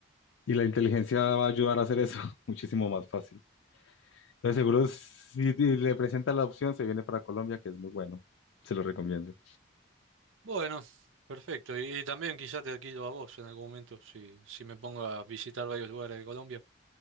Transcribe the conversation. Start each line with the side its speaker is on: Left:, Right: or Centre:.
Left: Y la inteligencia va a ayudar a hacer eso <laughs> muchísimo más fácil. Entonces, seguro si le presenta la opción, se viene para Colombia, que es muy bueno. Se lo recomiendo.
Right: Bueno, perfecto. Y, y también quizá te quito a vos en algún momento si, si me pongo a visitar varios lugares de Colombia.